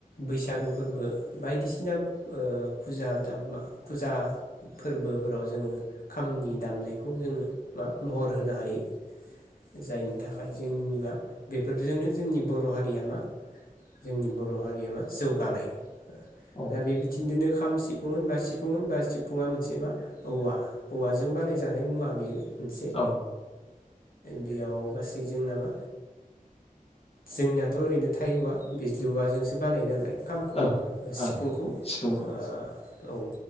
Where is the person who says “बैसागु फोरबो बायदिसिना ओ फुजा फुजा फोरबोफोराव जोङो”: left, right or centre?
Left